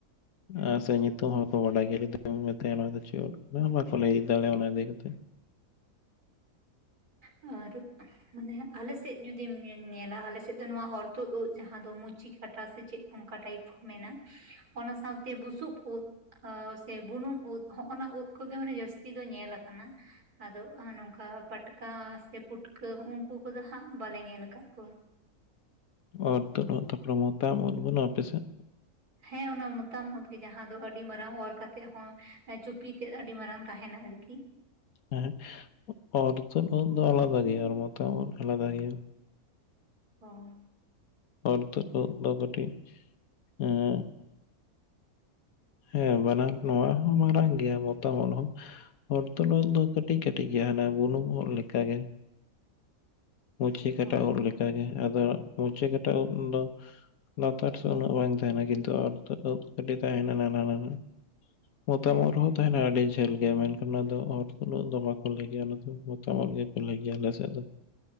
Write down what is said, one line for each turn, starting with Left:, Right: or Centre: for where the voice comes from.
Right: ᱦᱩᱸ
Left: ᱟ ᱥᱮ ᱧᱩᱛ ᱛᱩᱢ ᱦᱚᱸ ᱵᱟᱠᱚ ᱵᱟᱰᱟᱭ ᱜᱮᱭᱟ ᱡᱩᱫᱤᱢ ᱢᱮᱛᱟᱭᱟ ᱱᱚᱣᱟ ᱫᱚ ᱪᱮᱫ ᱩᱫᱽ ᱠᱟᱱᱟ ᱵᱟᱠᱚ ᱞᱟᱹᱭ ᱫᱟᱲᱮᱭᱟᱜᱼᱟ ᱚᱱᱟ ᱤᱫᱤ ᱠᱟᱛᱮ᱾
Right: ᱚᱨ ᱩᱫᱽ ᱢᱟᱱᱮ ᱟᱞᱮ ᱥᱮᱫ ᱡᱩᱫᱤᱢ ᱧᱮᱞ ᱧᱮᱞᱟ ᱟᱞᱮ ᱥᱮᱫ ᱫᱚ ᱱᱚᱣᱟ ᱚᱨᱛᱩᱫ ᱩᱫᱽ ᱡᱟᱦᱟᱸ ᱫᱚ ᱢᱩᱪᱤ ᱠᱟᱴᱟ ᱥᱮ ᱪᱮᱫ ᱚᱱᱠᱟ ᱴᱟᱭᱤᱯ ᱢᱮᱱᱟ ᱚᱱᱟ ᱥᱟᱶᱛᱮ ᱵᱩᱥᱩᱵ ᱩᱫᱽ ᱚ ᱥᱮ ᱵᱩᱱᱩᱢ ᱩᱫᱽ ᱦᱚᱜᱼᱚᱱᱟ ᱩᱫᱽ ᱠᱚᱜᱮ ᱢᱟᱱᱮ ᱡᱟᱹᱥᱛᱤ ᱫᱚ ᱧᱮᱞ ᱟᱠᱟᱱᱟ᱾ ᱟᱫᱚ ᱚ ᱱᱚᱝᱠᱟ ᱯᱟᱴᱠᱟ ᱥᱮ ᱯᱩᱴᱠᱟᱹ ᱦᱩᱜᱼᱩᱱᱠᱩ ᱠᱚᱫᱚ ᱦᱟᱸᱜ ᱵᱟᱞᱮ ᱧᱮᱞ ᱟᱠᱟᱫ ᱠᱚᱣᱟ᱾
Left: ᱚᱨᱛᱩᱫ ᱩᱫᱽ ᱛᱟᱯᱚᱨᱮ ᱵᱚᱛᱟᱢ ᱩᱫᱽ ᱵᱟᱹᱱᱩᱜᱼᱟ ᱟᱯᱮ ᱥᱮᱫ?
Right: ᱦᱮᱸ ᱚᱱᱟ ᱢᱚᱛᱟᱢ ᱩᱫᱽ ᱜᱮ ᱡᱟᱦᱟᱸ ᱫᱚ ᱟᱹᱰᱤ ᱢᱟᱨᱟᱝ ᱚᱨ ᱠᱟᱛᱮᱜ ᱦᱚᱸ ᱪᱩᱯᱤ ᱛᱮᱫ ᱟᱹᱰᱤ ᱢᱟᱨᱟᱝ ᱛᱟᱦᱮᱱᱟ ᱟᱨᱠᱤ᱾ <inaudible>
Left: ᱦᱮᱸ ᱚᱨᱛᱚᱫᱽ ᱩᱫᱽ ᱫᱚ ᱟᱞᱟᱫᱟ ᱜᱮᱭᱟ ᱟᱨ ᱢᱚᱛᱟᱢ ᱳᱫᱽ ᱟᱞᱟᱫᱟ ᱜᱮᱭᱟ
Right: ᱦᱚᱸ᱾
Left: ᱚᱨᱛᱟᱹᱫᱽ ᱩᱫᱽ ᱫᱚ ᱠᱟᱹᱴᱤᱡ ᱮᱸ ᱦᱮᱸ ᱵᱟᱱᱟᱨ ᱱᱚᱣᱟ ᱦᱚᱸ ᱢᱟᱨᱟᱝ ᱜᱮᱭᱟ ᱢᱚᱛᱟᱢ ᱳᱫᱽ ᱦᱚᱸ ᱚᱨᱛᱩᱫᱽ ᱳᱫᱽ ᱫᱚ ᱠᱟᱹᱴᱤᱡᱽ ᱠᱟᱹᱴᱤᱡᱽ ᱜᱮᱭᱟ ᱦᱟᱱᱟ ᱵᱩᱱᱩᱝ ᱳᱫᱽ ᱞᱮᱠᱟᱜᱮ᱾ ᱢᱩᱪᱤ ᱠᱟᱴᱟ
Right: ᱚ
Left: ᱳᱫᱽ ᱞᱮᱠᱟᱜᱮ, ᱟᱫᱚ ᱢᱩᱪᱤ ᱠᱟᱴᱟ ᱳᱫᱽ ᱫᱚ ᱞᱟᱛᱟᱨ ᱥᱮ ᱩᱱᱟᱹᱜ ᱵᱟᱝ ᱛᱟᱦᱮᱸᱱᱟ ᱠᱤᱱᱛᱩ ᱚᱨᱛᱟᱹᱫᱽ ᱳᱫᱽ ᱠᱟᱹᱴᱤᱡ ᱛᱟᱦᱮᱸᱱᱟ ᱱᱟᱦᱱᱟ ᱱᱟᱦᱱᱟ᱾ ᱢᱚᱛᱟᱢ
Right: ᱦᱮᱸ
Left: ᱳᱫᱽ ᱨᱮᱦᱚᱸ ᱛᱟᱸᱦᱮᱱᱟ ᱟᱹᱰᱤ ᱡᱷᱟᱹᱞ ᱜᱮᱭᱟ ᱢᱮᱱᱠᱷᱟᱱ ᱚᱱᱟ ᱫᱚ ᱦᱚᱨᱛᱟᱹᱫ ᱳᱫᱽ ᱫᱚ ᱵᱟᱠᱚ ᱞᱟᱹᱭ ᱜᱮᱭᱟ ᱚᱱᱟ ᱫᱚ ᱢᱚᱛᱟᱢ ᱳᱫᱽ ᱜᱮᱠᱚ ᱞᱟᱹᱭ ᱜᱮᱭᱟ ᱟᱞᱮᱥᱮᱫ ᱫᱚ᱾